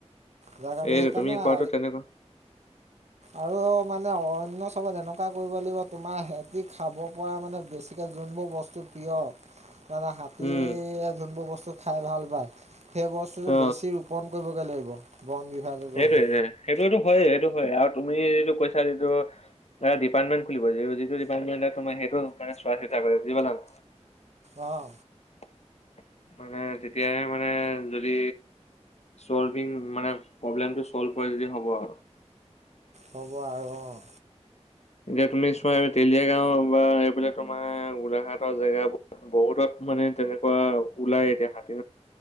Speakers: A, on the right; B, on the left.
A: জাগা নে
B: এইটো
A: সেইকাৰণে
B: তুমি কোৱাটো
A: আ
B: তেনেকুৱা
A: আৰু মানে অৰন্য চবত এনেকুৱা কৰিব লাগিব, তোমাৰ সিহঁতি খাব পৰা মানে বেছিকে যোনবোৰ বস্তু প্ৰিয় মানে হাতীয়ে
B: উম
A: যোনবোৰ বস্তু খাই ভাল পায়, সেই বস্তুটো
B: অ
A: বেছি ৰূপণ কৰিবগৈ লাগিব। বন বিভাগে
B: সেইটোৱে।
A: কৰিব
B: সেইটোৱেইটো ভয়, সেইটো ভয়। আৰু তুমি যিটো কৈছা, যিটো আ' ডিপাৰ্টমেণ্ট খুলিব। যি যিটো ডিপাৰ্টমেণ্টত তুমা সেইটোও পাৰে চোৱা-চিতা কৰে, বুজি পালাং?
A: অহ।
B: <unintelligible> মানে তেতিয়াহে মানে, যদি চলভিং মানে প্ৰব্লেমটো চল্ভ হয় যদি হ'ব আৰু।
A: হ'ব আৰু অহ
B: এতিয়া তুমি চোৱা, এই তেলিয়াগাঁও বা এইফালে তোমাৰ গোলাঘাটৰ জেগাবোৰ বহুতত মানে তেনেকুৱা ওলায় এতিয়া হাতী